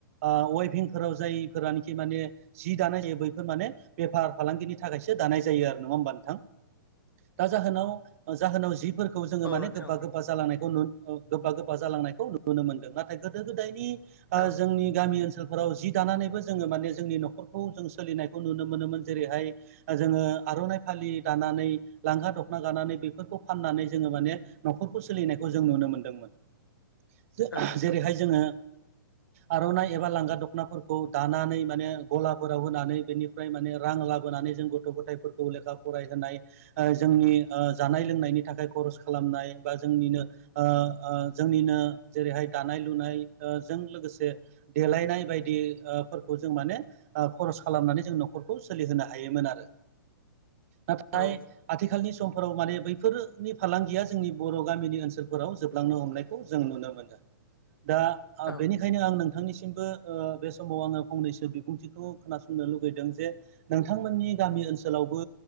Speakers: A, on the right; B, on the left.
A: ओ वेभिंफोराव जायफोरानोखि माने जि दानाय जायो बैफोर माने बेफार फालांगिनि थाखायसो दानाय जायो आरो नङा होमबा नोंथां? दा जाहोनाव जाहोनाव जिस फोर खौ जोङो माने
B: औ नोंथां
A: गोबबा गोबबा जालांनायखौ नु गोबबा गोबबा जालांनायखौ नुनो मोनदों नाथाय गोदो-गोदायनि ओ
B: औ
A: जोंनि गामि ओनसोलफोराव जि दानानैबो जोङो माने जोंनि न'खर जों सोलिनायखौ नुनो मोनोमोन जेरैहाय जोङो आर'नाइ फालि दानानै लांगा दख खना गानानै बेफोरखौ फाननानै जोङो माने न'खरखौ सोलिनायखौ जों नुनो मोनदोंमोन।
B: औ नोंथां
A: जेरैहाय जोङो आर'नाइ एबा लांगा दख'नाफोरखौ दानानै माने ग'लाफोराव होनानै बेनिफ्राय माने रां लाबोनानै जों गथ' गथायफोरखौ लेखा फरायहोनाय ओ जोंनि ओ जानाय-लोंनायनि थाखाय खर'स खा खालामनाय बा जोंनिनो ओ ओ जोंनिनो जेरैहाय दानाय-लुनाय ओ जों लोगोसे देलायनाय बायदि ओ फो जों माने ओ खर'स खालामनानै जों न'खरखौ सोलिहोनो हायोमोन आरो नाथाय
B: औ
A: आथिखालनि समफोराव माने बैफोरनि फालांगिया जोंनि बर' गामिनि ओनसोलफोराव जोबलांनो हमनायखौ जों नुनो मोनो। दा
B: औ
A: बेनिखायनो आं नोंथांनि मबो ओ बे समाव आङो फंनैसो बिबुंथिखौ खोनासंनो लुगैदों जे नोंथांमोननि गामि ओनसोलावबो